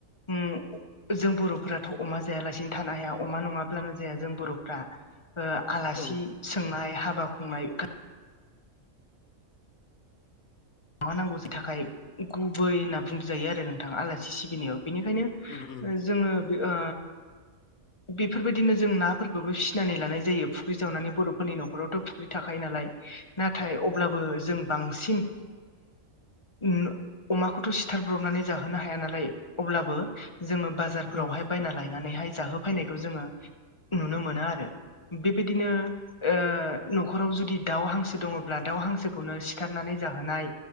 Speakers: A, on the left; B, on the left.
A: उम जों बर'फोरा थ' अमा जायालासिनो थानो हाया अमा नङाब्लानो जाया जों बर'फ्रा ओ आलासि
B: औ
A: सोंनाय हाबा खुंनाय माबा नांगौनि थाखाय गुबै होनना बुंजायो आरो नोंथां आलासि सिबिनायाव बिनिखायनो
B: उम उम
A: जोङो ओ बेफोरबायदिनो जों नाफोरखौबो फिनानै लानाय जायो फुख्रि जावनानै बर'फोरनि न'खरावथ' फुख्रि थाखायो नालाय नाथाय अब्लाबो जों बांसिन ओ अमाखौथ' सिथारब्रबनानै जाहोनो हाया ना लाय अब्लाबो जोङो बाजारफोरावहाय
B: उम
A: बायना लायनानैहाय जाहो फैनायखौ जोङो नुनो मोनो आरो बेबायदिनो ओ न'खराव जुदि दाउ हांसो दङब्ला दाउ हांसोखौनो सिथारनानै जाहोनाय